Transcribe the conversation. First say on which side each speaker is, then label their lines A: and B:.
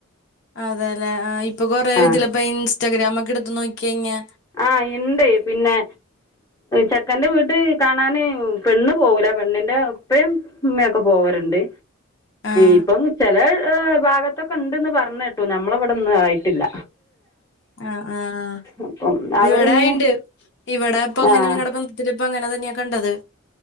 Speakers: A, on the left (about 55°); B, on the left (about 15°).
A: ആഹ് അതെല്ലേ ആഹ് ഇപ്പൊ കൊറേ
B: ആഹ്
A: ഇതിലും ഇപ്പ ഇൻസ്റ്റാഗ്രാമൊക്കെ എടുത്ത് നോക്കികയ്ഞ്ഞാ
B: ആഹ് ഇണ്ട് പിന്നെ ചെക്കന്റെ വീട് കാണാന് പെണ്ണ് പോവൂല പെണ്ണിന്റെ ഇപ്പഴും ഉമ്മയൊക്കെ പോവാറുണ്ട്.
A: ആഹ്
B: ഇപ്പം ചെല ഭാഗത്തൊക്കെ ഉണ്ട്ന്ന് പറഞ്ഞ കേട്ടു നമ്മളിവിടൊന്നും ആയിട്ടില്ല
A: ആഹ് ആഹ്
B: അപ്പം അവരിന്ന്
A: ഇവിടെ ആയിണ്ട് ഇവടെ ഇപ്പം അങ്ങനെ
B: ആഹ്
A: ഇങ്ങനെ കിടക്കുന്ന കൊണ് ഇതിലിപ്പം അങ്ങനെ തന്നെയാ കണ്ടത്